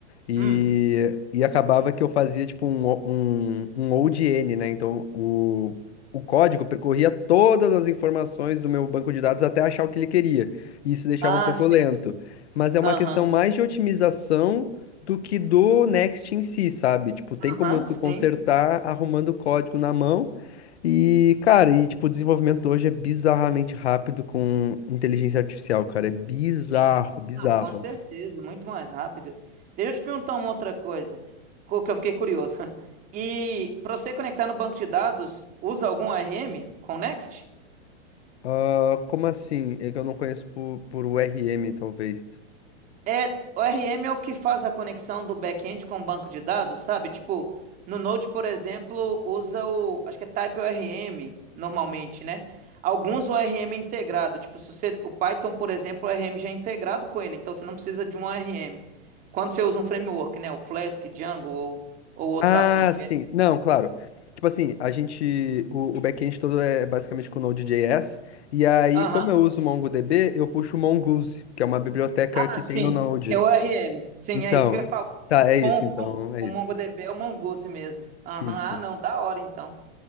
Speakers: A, on the left (about 65°); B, on the right (about 25°).
A: E,
B: Hum.
A: e acabava que eu fazia tipo um, o- um, um ODN, né? Então o, o código percorria todas as informações do meu banco de dados até achar o que ele queria. E isso deixava
B: Ah,
A: um pouco
B: sim.
A: lento. Mas é uma
B: Aham.
A: questão mais de otimização do que do Next em si, sabe? Tipo, tem
B: Aham,
A: como tu
B: sim.
A: consertar arrumando o código na mão. E, cara, e tipo, o desenvolvimento hoje é bizarramente rápido com inteligência artificial, cara. É bizarro, bizarro.
B: Não, com certeza, muito mais rápido. Deixa eu te perguntar uma outra coisa, co- que eu fiquei curioso. <laughs> E para você conectar no banco de dados, usa algum ARM com Next?
A: Ah, como assim? É que eu não conheço por, por URM, talvez.
B: É, o RM é o que faz a conexão do back-end com o banco de dados, sabe? Tipo, no Node, por exemplo, usa o, acho que é Type ORM normalmente, né? Alguns o ORM é integrado, tipo, se você, o Python, por exemplo, o ORM já é integrado com ele, então você não precisa de um ORM. Quando você usa um framework, né, o Flask, Django ou, ou outro
A: Ah,
B: afim. Fe-
A: sim. Não, claro. Tipo assim, a gente. O, o back-end todo é basicamente com Node.js. E aí,
B: Aham.
A: como eu uso MongoDB, eu puxo o Mongoose, que é uma biblioteca
B: Ah,
A: que
B: sim,
A: tem no Node.
B: que é o ORM. Sim,
A: Então,
B: é isso que eu ia falar.
A: tá, é isso,
B: Com,
A: então,
B: com
A: é
B: o
A: isso.
B: MongoDB é o Mongoose mesmo. Aham,
A: Isso.
B: Ah, não, da hora então.